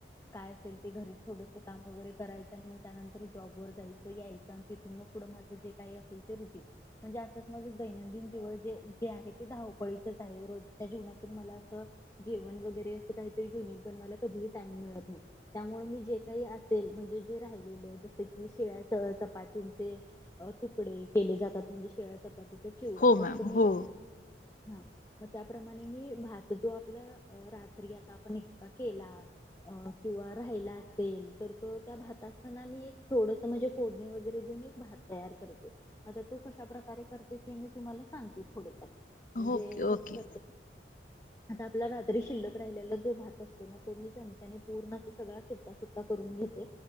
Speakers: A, on the left (about 15°); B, on the left (about 45°).
A: काय असेल ते घरी थोडस काम- वगैरे करायचं आणि मग त्यानंतर जॉब वर जायचं-यायचं. आणि तिथून मग पुढं माझं जे काही असेल ते रुटिंग. म्हणजे आपल माझ दैनंदिन जीवन जे जे आहे, ते धावपळीचच आहे. रोजच्या जीवनातून मला असं जेवण वगैरे अस काहीतरी युनिक बनवायला कधीही टाईम मिळत नाही. त्यामुळे मी जे काही असेल. म्हणजे जे राहिलेलं जसं की शिळ्या च चपातीचे तुकडे केले जातात म्हणजेे- <unintelligible> चिवडा
B: हो
A: जस
B: मॅम
A: मी,
B: हो
A: हा मग त्याप्रमाणे मी भात जो आपला रात्री आता आपण एकदा केला किंवा राहिला असेल तर तो त्या भात असताना मी एक थोडस म्हणजे फोडणी वगैरे <unintelligible> भात तयार करते आता तो कशा प्रकारे करते ते मी तुम्हाला सांगते थोड फार म्हणजे
B: ओके
A: कस
B: ओके
A: करते आता आपला रात्री शिल्लक राहिलेला भात असतो ना तो मी चम्याने पूर्ण सगळ सुट्टा सुट्टा करून घेते